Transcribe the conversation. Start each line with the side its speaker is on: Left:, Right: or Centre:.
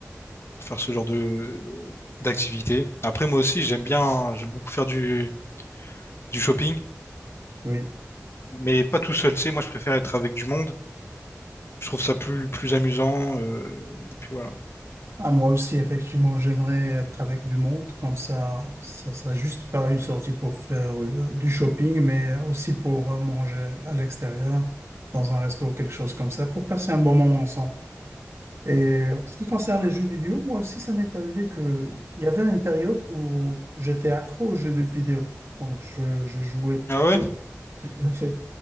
Left: pour faire ce genre de d'activité. Après, moi aussi, j'aime bien, j'aime beaucoup faire du, du shopping,
Right: Oui.
Left: mais pas tout seul, tu sais. Moi, je préfère être avec du monde. Je trouve ça plus, plus amusant. euh, et puis voilà.
Right: Ah, moi aussi, effectivement, j'aimerais être avec du monde, comme ça, ça sera juste pas une sortie pour faire euh, du shopping, mais aussi pour euh, manger à l'extérieur, dans un resto, quelque chose comme ça, pour passer un bon moment ensemble. Et en ce qui concerne les jeux vidéo, moi aussi, ça m'est arrivé que il y avait une période où j'étais accro aux jeux de vidéo. Donc, je, je jouais
Left: Ah
Right: trop.
Left: ouais?
Right: <laughs> En fait,